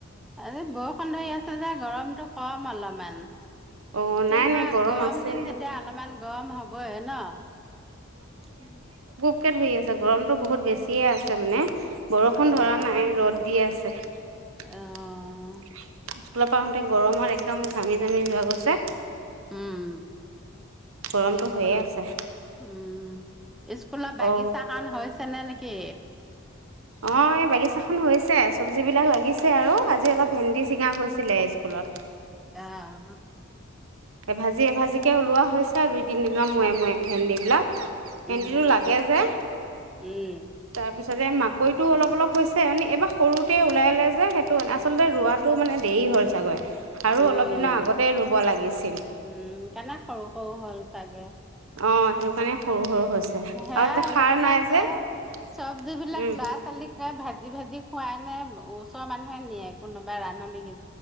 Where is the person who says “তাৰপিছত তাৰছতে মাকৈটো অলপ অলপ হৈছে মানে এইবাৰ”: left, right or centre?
Right